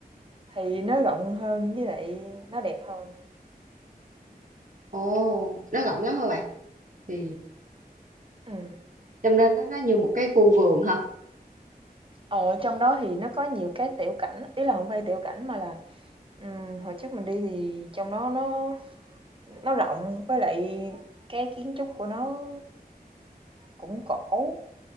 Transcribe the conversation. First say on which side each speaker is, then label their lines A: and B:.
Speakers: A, on the right; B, on the right.
A: thì nó rộng hơn với lại nó đẹp hơn.
B: Ồ, nó rộng lắm hả bạn? Thì
A: Ừm.
B: cho nên nó, nó như một cái khu vườn hả?
A: Ờ, trong đó thì nó có nhiều cái tiểu cảnh, ý là không phải tiểu cảnh mà là, ừm, hồi trước mình đi thì trong đó nó nó rộng, với lại cái kiến trúc của nó cũng cổ,